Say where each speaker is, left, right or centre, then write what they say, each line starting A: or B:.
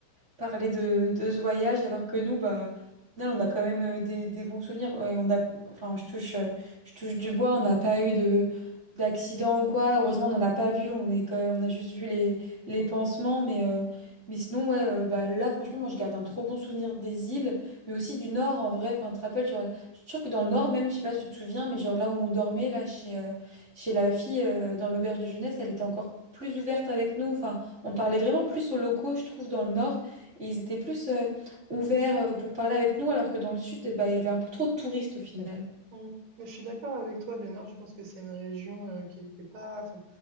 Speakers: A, on the right; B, on the right.
A: parler de, de ce voyage, alors que nous, bah, au final, on a quand même euh, des, des bons souvenirs. Euh, on a, enfin, je touche, euh, je touche du bois, on n'a pas eu de d'accident ou quoi. Heureusement, on n'en a pas vu. On est quand même- on a juste vu les, les pansements, mais euh, Mais sinon, ouais, euh, bah là, franchement, moi, je garde un trop bon souvenir des îles, mais aussi du Nord, en vrai. Enfin, tu te rappelles, genre, je trouve que dans le Nord, même, je sais pas si tu te souviens, mais genre là où on dormait, là, chez, euh, chez la fille, euh, dans l'auberge de jeunesse, elle était encore plus ouverte avec nous. Enfin, on parlait vraiment plus aux locaux, je trouve, dans le nord. Et ils étaient plus euh, ouverts euh, pour parler avec nous, alors que dans le sud, eh ben, il y avait un peu trop de touristes au final.
B: Mm. Mais je suis d'accord avec toi, le Nord, je pense que c'est une région euh, qui, qui est pas. enfin,